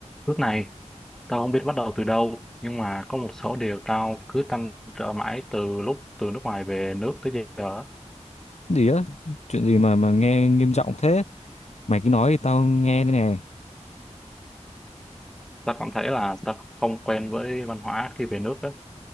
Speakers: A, in the centre; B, on the left (about 65°).
A: Lúc này, tao không biết bắt đầu từ đâu, nhưng mà có một số điều tao cứ trăn trở mãi từ lúc từ nước ngoài về nước tới giờ. á.
B: gì á chuyện gì mà mà nghe nghiêm trọng thế mày cứ nói thì tao nghe đây nè
A: Tao cảm thấy là tao không quen với văn hóa khi về nước á.